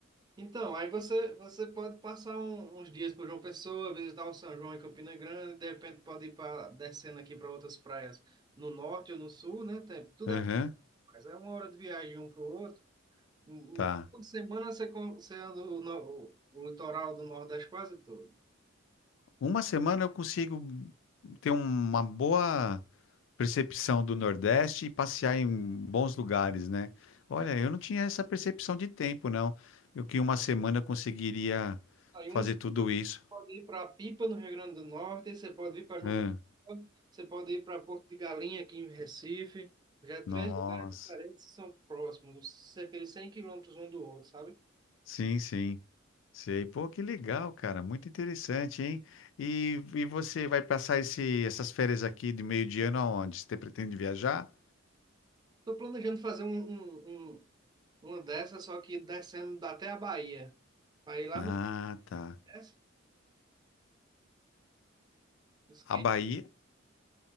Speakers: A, on the right; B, on the left.
A: Então, aí você, você pode passar um- uns dias por João Pessoa, visitar o São João em Campina Grande, de repente pode ir pra, descendo aqui para outras praias no norte ou no sul, né? Tem- tudo
B: Aham,
A: é, mas é uma hora de viagem um para o outro. Um-
B: tá.
A: um- Toda semana você, con- você anda o, no- o litoral do Nordeste quase todo.
B: Uma semana eu consigo ter uma boa percepção do Nordeste e passear em bons lugares, né? Olha,
A: É.
B: eu não tinha essa percepção de tempo, não. Eu que em uma semana eu conseguiria
A: Aí
B: fazer
A: uma semana
B: tudo
A: você
B: isso.
A: pode ir para Pipa, no Rio Grande do Norte, você pode ir para João
B: Hã,
A: Pessoa, você pode ir para Porto de Galinha, aqui em Recife. Já é três
B: nossa.
A: lugares diferentes que são próximos, cerca de 100 quilômetros um do outro, sabe?
B: Sim, sim. Sei. Pô, que legal, cara. Muito interessante, hein? E, e você vai passar esse, essas férias aqui de meio de ano aonde? Você pretende viajar?
A: Estou planejando fazer um, um- um- uma dessas, só que descendo até a Bahia. Para ir lá
B: Ah,
A: no
B: tá.
A: Nordeste, esquenta,
B: A Bahia,